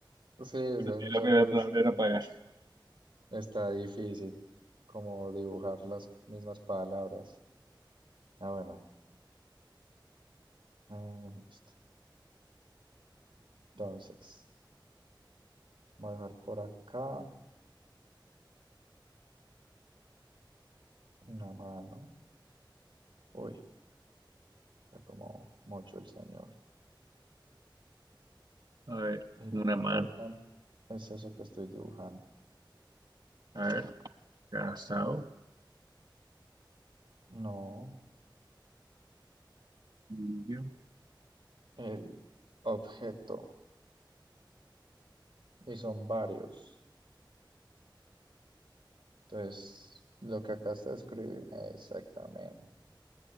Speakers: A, on the right (about 80°); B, on the right (about 60°).
A: Sí, es
B: Y
A: que hay muchas
B: La primera
A: veces
B: palabra
A: que
B: era pagar.
A: está difícil como dibujar las mismas palabras. Ah, bueno, eh, esto. entonces, voy a dejar por acá una mano. Uy, está como mucho el señor.
B: A ver,
A: Lo importante
B: una mano.
A: es eso que estoy dibujando.
B: A ver, casado,
A: No,
B: anillo,
A: el objeto. Y son varios. Entonces, lo que acá está escrito exactamente.